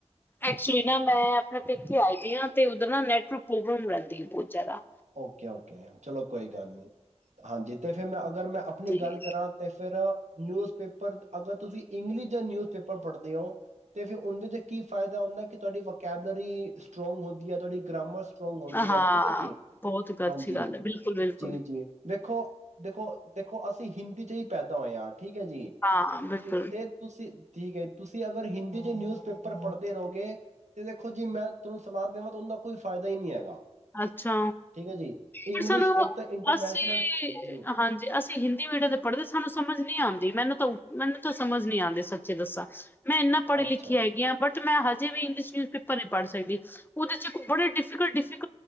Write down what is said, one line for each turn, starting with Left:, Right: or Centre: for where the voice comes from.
Left: ਐਕਚੁਲੀ ਨਾ ਮੈਂ ਆਪਣੇ ਇੱਥੇ ਆਏ ਦੀਾਂ ਤੇ ਉੱਧਰ ਨਾ ਨੈਟਵਰਕ ਪ੍ਰੋਬਲਮ ਰਹਿੰਦੀ ਹੈ ਬਹੁਤ ਜ਼ਿਆਦਾ
Right: ਓਕੇ ਓਕੇ ਚਲੋ ਕੋਈ ਗੱਲ ਨੀ ਹਾਂਜੀ ਤੇ ਫਿਰ ਮੈਂ ਅਗਰ ਮੈਂ ਆਪਣੀ
Left: ਹਾਂਜੀ
Right: ਗੱਲ ਕਰਾਂ ਤੇ ਫਿਰ ਨਿਊਜ਼ ਪੇਪਰ ਅਗਰ ਤੁਸੀਂ ਇੰਗਲਿਸ਼ ਜਾਂ ਨਿਊਜ਼ ਪੇਪਰ ਪੜ੍ਹਦੇ ਹੋ ਤੇ ਫਿਰ ਉਹਦੇ ਚ ਕੀ ਫਾਇਦਾ ਹੁੰਦਾ ਕਿ ਤੁਹਾਡੀ ਵ ਕੈਬਲਰੀ ਸਟ੍ਰੋਂਗ ਹੋ ਤੁਹਾਡੀ ਗ੍ਰਾਮਰ ਸਟਰ੍ਰੋਂਗ ਹੁੰਦੀ
Left: ਹਾਂ
Right: ਹੈ ਠੀਕ ਹੈ ਜੀ
Left: ਬਹੁਤ ਅੱਛੀ
Right: ਹਾਂਜੀ
Left: ਗੱਲ ਹੈ ਬਿਲਕੁਲ ਬਿਲਕੁਲ
Right: ਜੀ ਜੀ ਵੇਖੋ ਦੇਖੋ ਦੇਖੋ ਅਸੀਂ ਹਿੰਦੀ ਚ ਹੀ ਪੈਦਾ ਹੋਏਆ ਆਟ ਠੀਕ ਹੈ ਜੀ
Left: ਹਾਂ, ਬਿਲਕੁਲ
Right: ਤੇ ਤੇ ਤੁਸੀਂ ਠੀਕ ਹੈ ਤੁਸੀਂ ਅਗਰ ਹਿੰਦੀ 'ਚ ਨਿਊਜ਼ ਪੇਪਰ ਪੜ੍ਹਦੇ ਰਹੋਗੇ ਤੇ ਦੇਖੋ ਜੀ ਮੈਂ ਤੁਹਾਨੂੰ ਸਲਾਹ ਦੇਵਾਂ ਤਾਂ ਉਹਦਾ ਕੋਈ ਫਾਇਦਾ ਹੀ ਨਹੀਂ ਹੈਗਾ
Left: ਅੱਾ ਅੱਛਾ
Right: ਠੀਕ ਹੈ ਜੀ ਇੰਗਲਿਸ਼
Left: ਪਰ ਸਾਨੂੰ
Right: ਇੱਕ ਤਾਂ ਇੰਟਰਨੈਸ਼ਨਲ
Left: ਅਸੀਂ
Right: ਜੀ
Left: ਹਾਂਜੀ ਅਸੀਂ ਹਿੰਦੀ ਮੀਡੀਅਮ ਤੇ ਪੜ੍ਹਦੇ ਸਾਨੂੰ ਸਮਝ ਨਹੀਂ ਆਉਂਦੀ ਮੈਨੂੰ ਤਾਂ ਮੈਨੂੰ ਤਾਂ ਸਮਝ ਨੀ ਆਉਂਦੀ ਸੱਚੇ ਦੱਸਾਂ ਮੈਂ ਇੰਨਾ ਪੜ੍ਹ
Right: ਅੱਛਾ
Left: ਲਿਖ ਹੈਗੀਾਂ ਬਟ ਮੈਂ ਹਜੇ ਵੀ ਇੰਗਲਸ਼ ਨਿਊਜ਼ਪੇਪਰ ਨਹੀਂ ਪੜ੍ਹ ਸਕਦੀ ਉਹਦੇ ਚ ਇੱਕ ਬੜੇ ਡਿਫੀਕਟ ਡਿਫਲ